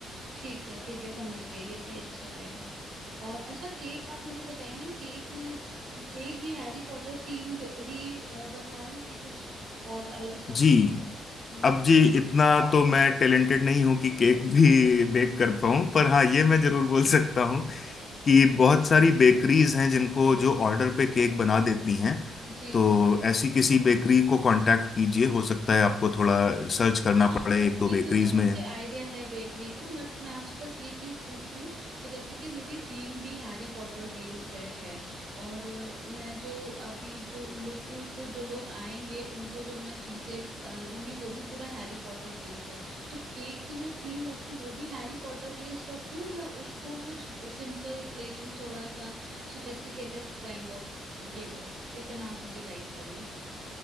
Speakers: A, on the right; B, on the left.
A: ठीक है ठीक है समझ गई ये भी अच्छा रहेगा और अच्छा केक आप मुझे बताइए ना केक में केक भी हैरी पॉटर थीम्ड ही अ, बनवाऊं कि कुछ और अलग सा
B: जी
A: कुछ हम्म
B: अब जी इतना तो मैं टैलेंटेड नहीं हूं कि केक भी बेक कर पाऊं पर हाँ ये मैं जरूर बोल सकता हूं कि बहुत सारी बेकरीज हैं जिनको जो ऑर्डर पे केक बना देती हैं
A: जी
B: तो ऐसी किसी बेकरी को कांटेक्ट कीजिए हो सकता है आपको थोड़ा सर्च करना
A: हाँ हाँ
B: पड़े
A: वो
B: एक दो
A: नहीं
B: बेकरीज
A: वो तो मुझे
B: में
A: आइडिया है बेकरी का बट मैं आपसे बस ये चीज पूछ रही हूँ कि जैसे कि मेरी थीम भी हैरी पॉटर बेस्ड रह है और अ, मैं जो अभी जो उन लोगों को जो लोग आएंगे उनको जो मैं चीजें अ, दूंगी वो भी पूरा हैरी पॉटर बेस्ड है तो केक की जो थीम रखूँ वो भी हैरी पॉटर बेस्ड रखूँ या उसको कुछ सिंपल प्लेन थोड़ा सा सोफेस्टिकेटेड काइंड ऑफ रखूँ ये बस इतना आप मुझे गाइड करिए